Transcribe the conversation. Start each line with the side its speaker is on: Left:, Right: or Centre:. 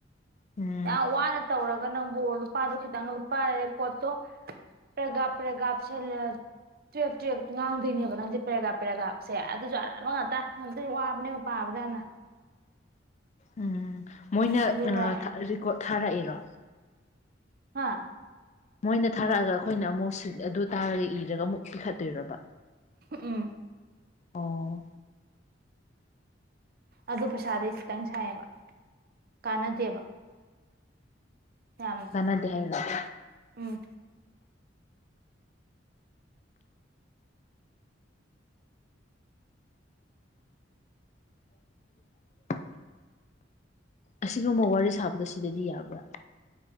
Left: ꯎꯝ
Right: ꯌꯥꯝ ꯋꯥꯅ ꯇꯧꯔꯒ ꯅꯪꯕꯨ ꯂꯨꯄꯥꯗꯣ ꯈꯤꯇꯪ ꯂꯨꯄꯥ ꯔꯦ ꯀꯣꯠꯇꯣ ꯄ꯭ꯔꯦꯒꯥꯞ ꯄ꯭ꯔꯦꯒꯥꯞ ꯁꯤꯜꯂ ꯇꯨꯌꯦꯜꯞ ꯇꯨꯌꯦꯜꯞꯇ ꯉꯥꯡꯗꯣꯏꯅꯦꯕ ꯅꯪꯁꯦ ꯄꯦꯔꯒꯔ꯭ꯥꯞ ꯄꯦꯔꯒ꯭ꯔꯥꯞꯁꯦ ꯑꯗꯨꯁꯨ ꯑꯔꯥꯟꯕ ꯉꯥꯛꯇ ꯉꯥꯛꯇ ꯋꯥꯕꯅꯦꯕ ꯄꯥꯕꯗ ꯌꯥꯝꯅ
Left: ꯎꯝ ꯃꯣꯏꯅ
Right: ꯑꯗꯨꯒ
Left: ꯔꯦꯀꯣꯔꯠ ꯊꯥꯔꯛꯏꯔꯣ
Right: ꯍꯥꯥ
Left: ꯃꯣꯏꯅ ꯊꯥꯔꯛꯑꯒ ꯑꯩꯈꯣꯏꯅ ꯑꯃꯨꯛ ꯁꯤ ꯑꯗꯨ ꯇꯥꯔꯒ ꯏꯔꯒ ꯑꯃꯨꯛ ꯄꯤꯈꯠꯇꯣꯏꯔꯕ
Right: ꯎꯝ
Left: ꯑꯣ
Right: ꯑꯗꯨ ꯄꯩꯁꯥꯗꯤ ꯈꯤꯇꯪ ꯁꯥꯏꯑꯦꯕ ꯀꯥꯟꯅꯗꯦꯕ ꯌꯥꯝꯅ
Left: ꯃꯥꯟꯅꯥꯗꯦ ꯍꯥꯏꯔꯤꯔꯣ ꯑꯣ
Right: ꯎꯝ
Left: <unintelligible> ꯑꯁꯤꯒꯨꯝꯕ ꯋꯥꯔꯤ ꯁꯥꯕꯗꯣ ꯁꯤꯗꯗꯤ ꯌꯥꯕ꯭ꯔꯥ